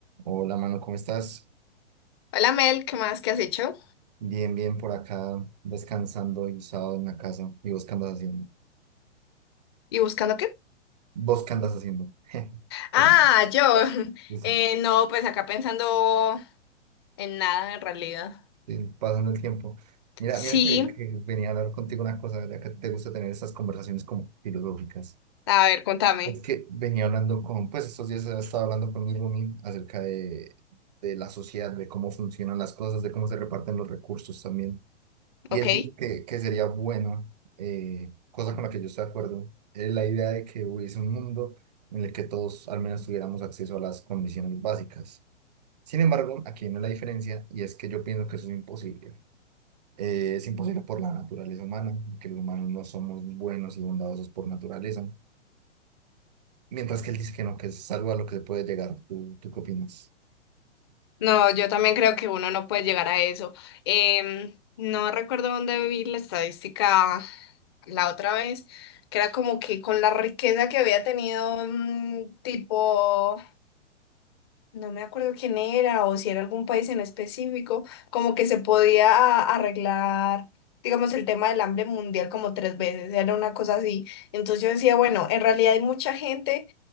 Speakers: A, on the right; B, on the left.
A: Hola, mano, ¿cómo estás?
B: Hola Mel, ¿qué más? ¿Qué has hecho?
A: Bien, bien por acá, descansando y sábado en la casa. ¿Y vos qué andas haciendo?
B: ¿Y buscando qué?
A: ¿Vos qué andas haciendo? <laughs>
B: Ah,
A: Perdón.
B: yo. <laughs>
A: Sí,
B: Eh, no, pues acá pensando en nada en realidad.
A: sí, Pasando el tiempo. Mira,
B: Sí,
A: mira que, que venía a hablar contigo una cosa, ya que te gusta tener estas conversaciones como filosóficas.
B: a ver, contame,
A: Es que venía hablando con, pues estos días estaba hablando con mi roomie acerca de, de la sociedad, de cómo funcionan las cosas, de cómo se reparten los recursos también. Y
B: ¿ok?
A: él dice que, que sería bueno, eh, cosa con la que yo estoy de acuerdo, es la idea de que hubiese un mundo en el que todos al menos tuviéramos acceso a las condiciones básicas. Sin embargo, aquí viene la diferencia y es que yo pienso que eso es imposible. Eh, es imposible por la naturaleza humana, que los humanos no somos buenos y bondadosos por naturaleza. Mientras que él dice que no, que es algo a lo que se puede llegar. ¿Tú, tú qué opinas?
B: No, yo también creo que uno no puede llegar a eso. Em, no recuerdo dónde vi la estadística la otra vez, que era como que con la riqueza que había tenido, mm, tipo No me acuerdo quién era o si era algún país en específico, como que se podía arreglar, digamos, el tema del hambre mundial como tres veces, era una cosa así. Entonces yo decía, bueno, en realidad hay mucha gente